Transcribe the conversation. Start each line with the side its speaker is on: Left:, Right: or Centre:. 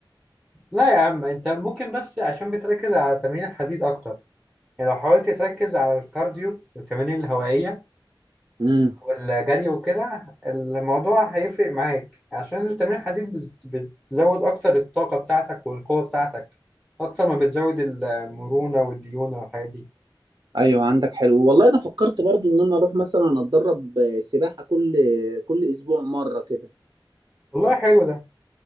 Centre: لا يا عم انت ممكن بس عشان بتركز على تمرين الحديد اكتر يعني لو حاولت تركز على الكارديو والتمارين الهوائيه
Right: امم
Centre: والجري وكده الموضوع هيفرق معاك عشان التمرين الحديد بت- بتزود اكتر الطاقه بتاعتك والقوه بتاعتك اكتر ما بتزود المرونه والديونه والحاجات دي
Right: ايوه عندك حلو والله انا فكرت برضو ان انا اروح مثلا اتدرب سباحة كل كل اسبوع مرة كده
Centre: والله حلو ده